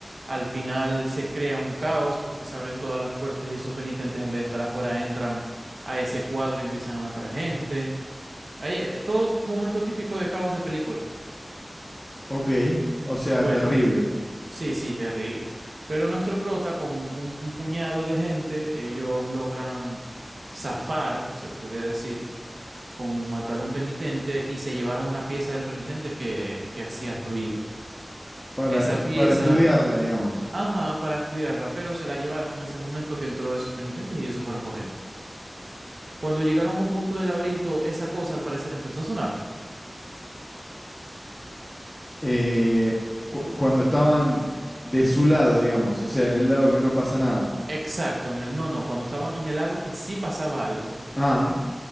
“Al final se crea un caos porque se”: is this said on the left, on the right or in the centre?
Right